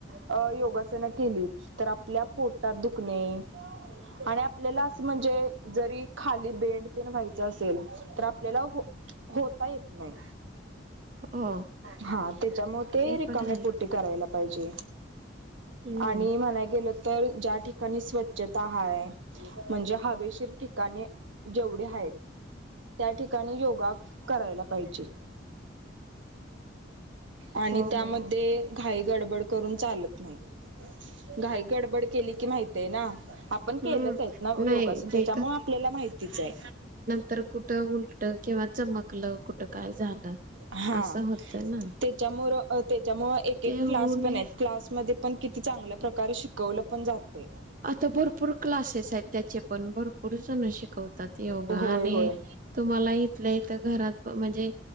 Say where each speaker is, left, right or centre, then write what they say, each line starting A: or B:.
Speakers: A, on the right; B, on the right.
A: अ योगासना केली तर आपल्या पोटात दुखणे आणि आपल्याला असं म्हणजे जरी खाली बेंडतेन व्हायचं असेल तर आपल्याला हो होता येत नाही
B: हो
A: हा त्याच्यामुळे ते रिकामे
B: पण आहे
A: पोट करायला पाहिजे
B: हम्म
A: आणि म्हणाय गेलं तर ज्या ठिकाणी स्वच्छता हाय म्हणजे हवेशीर ठिकाणे जेवढे आहेत त्या ठिकाणी योगा करायला पाहिजे आणि
B: हो
A: त्यामध्ये
B: हो
A: घाई गडबड करून चालत नाही घाई गडबड केली की माहितीय ना पण
B: हम्म
A: केलंच आहेत ना
B: नाही
A: योगासून
B: ते
A: त्याच्यामुळे आपल्याला माहितीच आहे
B: तर कुठं उलट किंवा चमकलं कुठं काय झालं
A: हा
B: असं होतं ना
A: त्याच्यामुर त्याच्यामुळ एक एक
B: ते होऊ
A: क्लास पण
B: नये
A: आहेत क्लासमध्ये पण किती चांगल्या प्रकारे शिकवलं पण जाते
B: आता भरपूर क्लासेस आहेत त्याचे पण भरपूर जण शिकवतात योगा
A: होय
B: आणि
A: होय
B: तुम्हाला इथल्या इथंघरात म्हणजे